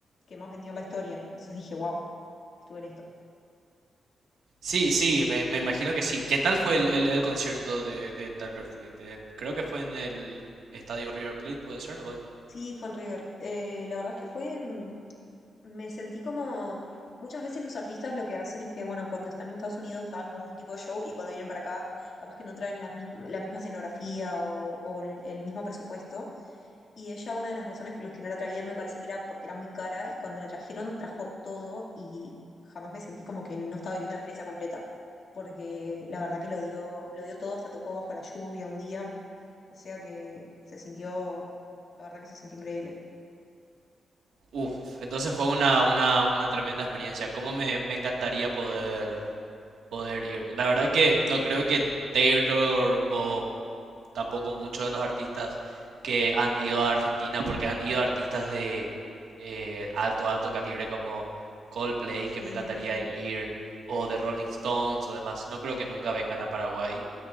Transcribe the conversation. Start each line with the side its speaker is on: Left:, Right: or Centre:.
Left: que más vendió en la historia. Entonces dije, wow, estuve en esto.
Right: Sí, sí, me, me imagino que sí. ¿Qué tal fue el, el- el concierto de, de Taylor Swift? Eh, creo que fue en el estadio River Plate, puede ser, o en...
Left: Sí, fue en River. Eh, la verdad es que fue, mm, me sentí como, muchas veces los artistas lo que hacen es que, bueno, cuando están en Estados Unidos dan como un tipo de show y cuando vienen para acá, capaz que no traen la misma, la misma escenografía o, o el el mismo presupuesto. Y ella, una de las razones por las que no la traían, me parece que era porque era muy cara, y cuando la trajeron, trajo todo, y jamás me sentí como que no estaba viviendo la experiencia completa, porque la verdad que lo dio, lo dio todo, hasta tocó bajo la lluvia un día, o sea que se sintió, la verdad que se sintió increíble.
Right: Uf, entonces fue una, una, una tremenda experiencia. Cómo me, me encantaría poder, poder ir. La verdad que no creo que Taylor o tampoco muchos de los artistas que han ido a Argentina, porque han ido artistas de eh, alto, alto calibre como Coldplay,
Left: Sí,
Right: que me encantaría ir, o de Rolling Stones o demás. No creo que nunca vengan a Paraguay,